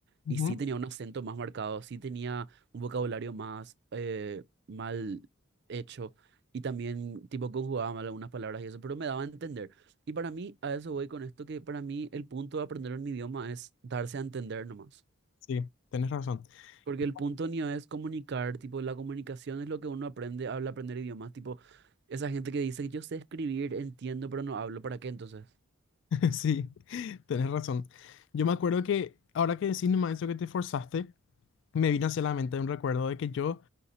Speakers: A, on the left; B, on the right.
A: Ujú.
B: y sí tenía un acento más marcado, sí tenía un vocabulario más eh, mal hecho y también tipo conjugaba mal algunas palabras y eso, pero me daba a entender. Y para mí, a eso voy con esto, que para mí el punto de aprender un idioma es darse a entender nomás.
A: Sí, tenés razón.
B: Porque
A: <laughs>
B: el punto ni es comunicar, tipo, la comunicación es lo que uno aprende al aprender idiomas. Tipo, esa gente que dice que yo sé escribir, entiendo, pero no hablo, ¿para qué entonces?
A: Sí, tenés razón. Yo me acuerdo que ahora que decís nomás eso que te forzaste, me vino hacia la mente un recuerdo de que yo